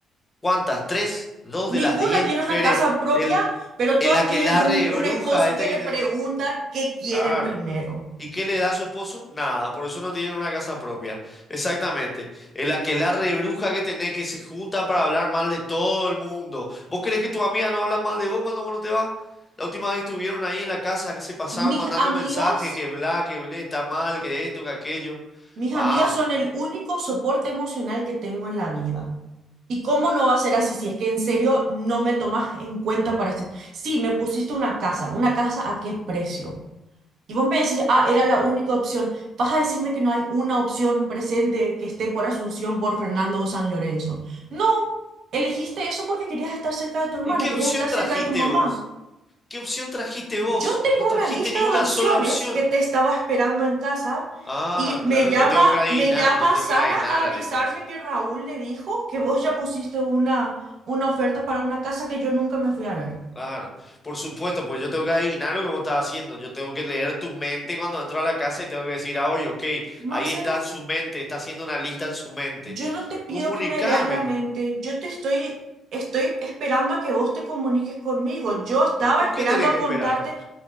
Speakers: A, on the left; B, on the right.
A: ¿Cuántas? ¿Tres? ¿Dos
B: Ninguna
A: de las diez
B: tiene
A: mujeres?
B: una casa propia,
A: El,
B: pero
A: el
B: todas
A: aquelarre
B: tienen un,
A: de
B: un
A: bruja
B: esposo
A: este
B: que
A: que
B: le
A: tenés.
B: pregunta qué quieren
A: Claro.
B: primero.
A: ¿Y qué le da a su esposo? Nada, por eso no tienen una casa propia. Exactamente. El aquelarre de bruja que tenés que se juntan para hablar mal de todo el mundo. ¿Vos crees que tus amigas no hablan mal de vos cuando vos no te vas? La última vez estuvieron ahí en la casa que se pasaron
B: Mis
A: mandando
B: amigas,
A: mensajes, que bla, que blé, está mal, que esto, que aquello.
B: mis
A: Vamos.
B: amigas son el único soporte emocional que tengo en la vida. ¿Y cómo no va a ser así si es que en serio no me tomas en cuenta para este? Sí, me pusiste una casa, una casa a qué precio? Y vos me decís, ah, era la única opción. Vas a decirme que no hay una opción presente que esté por Asunción, por Fernando o San Lorenzo. No, elegiste eso porque querías estar cerca de tu hermana,
A: ¿Y qué
B: querías
A: opción
B: estar
A: trajiste
B: cerca de tu mamá.
A: vos? ¿Qué opción trajiste vos?
B: Yo tengo
A: No trajiste
B: una lista
A: ni una
B: de opciones
A: sola opción.
B: que te estaba esperando en casa
A: Ah,
B: y me
A: claro,
B: llama,
A: yo tengo que adivinar,
B: me llama
A: yo tengo
B: Sara
A: que adivinar,
B: a
A: Alex.
B: avisarme que Raúl le dijo que vos ya pusiste una, una oferta para una casa que yo nunca me fui a ver.
A: Claro, por supuesto, pues yo tengo que adivinar lo que vos estás haciendo, yo tengo que leer tu mente cuando entro a la casa y tengo que decir, ah, oye, ok, ahí
B: Marcelo,
A: está en su mente, está haciendo una lista en su mente,
B: Yo no te pido
A: comunícame,
B: que me leas la mente, yo te estoy, estoy esperando a que vos te comuniques conmigo. Yo estaba
A: ¿y por
B: esperando
A: qué tenés
B: a
A: que
B: contarte
A: esperar?